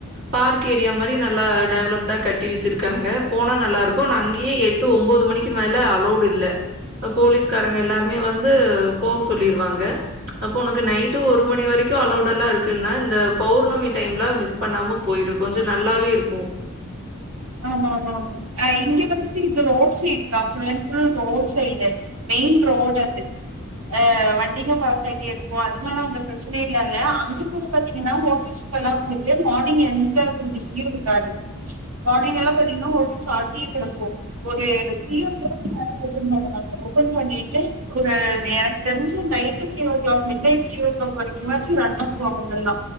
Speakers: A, on the right (about 45°); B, on the right (about 80°).
A: பார்க் ஏரியா மாதிரி நல்லா டெவலப்டா கட்டி வச்சிருக்காங்க போனா நல்லா இருக்கு ஆனா அங்கேயே எட்டு ஒம்போது மணிக்கு மேல அளவுட் இல்ல போலீஸ்காரங்க எல்லாருமே வந்து போக சொல்லிருவாங்க அப்ப உனக்கு நைட்டு ஒரு மணி வரைக்கு அலோவுட எல்லா இருக்குன்னா இந்த பௌர்ணமி டைம்ல மிஸ் பண்ணாம போயிரு கொஞ்சோ நல்லாவே இருக்கு
B: ஆமா ஆமா ஆமா ஆ இங்க வந்துட்டு இது ரோட் சைடுக்கா fill and full road side main road அது அ வண்டிங்க பாசாயிட்டே இருக்கு அதுனால அந்த பிரச்சனையெல்லா இல்ல அங்க கூட பாத்தீங்கன்னா ஓபீஸ் க்கெல்லா வந்துட்டு மார்னிங் எந்த ஒரு பிஸியு இருக்காது வானிலல்லா பாத்தீங்கன்னா ஒரு சாத்தியே கெடக்கும் ஒரு <unintelligible> ஓபன் பண்ணுவாங்க ஓபன் பண்ணிட்டு ஒரு எனக்கு தெரிஞ்சு night three o'clock midnight three o'clock வரைக்கும்மாச்சு ரன் பண்ணுவாங்க இங்க எல்லா